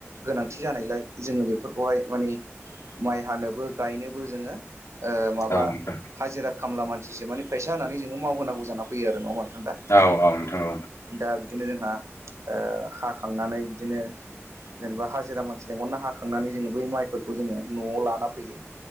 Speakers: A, on the right; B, on the left.
A: गोनांथि जानायलाय जोङो बेफोरखौहाय मानि माइ हानोबो गायनोबो जोङो ओ माबा
B: औ नोंथां
A: हाजिरा खामला मानसिसो माने फैसा होनानै जों मावहो नांगौ जाना फैयो नंआ होनबा दा
B: औ औ नोंथां
A: दा बिदिनो जोंहा ओ हाखांनानै बिदिनो जेनोबा हाजिरा मानसि लेंंहरना हाखांनानै जोङो बै माइफोरखौ जोङो न'आव लाना फैयो